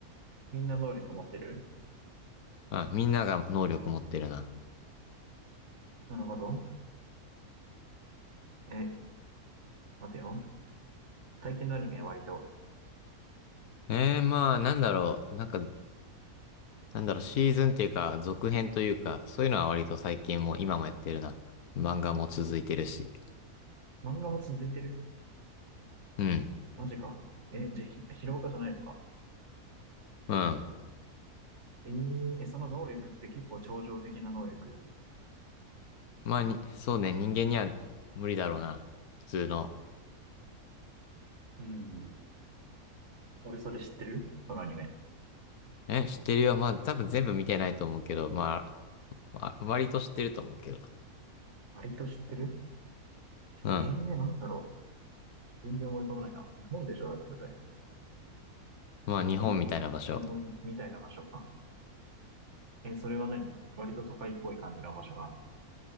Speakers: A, on the right; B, on the left.
A: みんな能力持ってる
B: うん、みんなが能力持ってるな。
A: なるほど。え、待てよ。最近のアニメ割と。
B: えー、まあ、なんだろう、なんか、なんだろう、シーズンっていうか、続編というか、そういうのは割と最近も、今もやってるな。漫画も続いてるし。
A: 漫画も続いてる
B: うん、
A: マジか。え、じゃあひ、ヒロアカじゃないのか。
B: うん。
A: えー、え、その能力って結構超常的な能力
B: まあ、に、そうね、人間には無理だろうな。普通の。
A: うん。俺それ知ってるそのアニメ。
B: え、知ってるよ。まあ、多分全部見てないと思うけど、まあ、まあ割と知ってると思うけど。
A: 割と知ってる
B: うん。
A: えー、なんだろう。全然思い浮かばないな。日本でしょだって舞台。
B: まあ、日本みたいな場所。
A: え、日本みたいな場所か。え、それは何割と都会っぽい感じの場所が